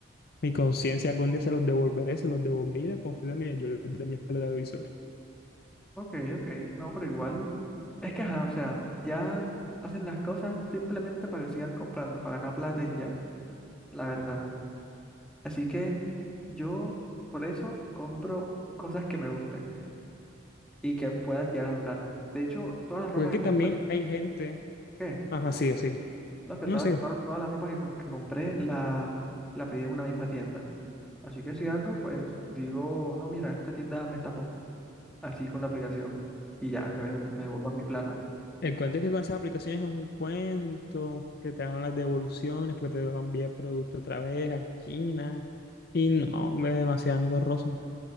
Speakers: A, on the left (about 50°); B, in the centre.
A: Mi conciencia algún día se los devolveré, se los devolví, la confío en mí, yo les de mi espalda de visor.
B: Ok, ok. No, pero igual. Es que, ajá, o sea, ya hacen las cosas simplemente para que sigan comprando, para ganar plata y ya. La verdad. Así que yo, por eso, compro cosas que me gusten y que puedan llegar a durar. De hecho, todas las ropas
A: Porque es
B: que
A: que
B: compré,
A: también hay gente,
B: ¿qué?
A: ajá, sí, sí,
B: No, que
A: no
B: toda,
A: sé,
B: toda, toda la ropa que, com- que compré la, la pedí en una misma tienda. Así que si algo, pues digo, no, mira, esta tienda me estafó. Así con la aplicación. Y ya, que me, devu- me devuelvan mi plata.
A: el cuento es que con esas aplicaciones es un cuento, que te dan las devoluciones, porque te van a enviar producto otra vez a China, y no, hombre, es demasiado engorroso.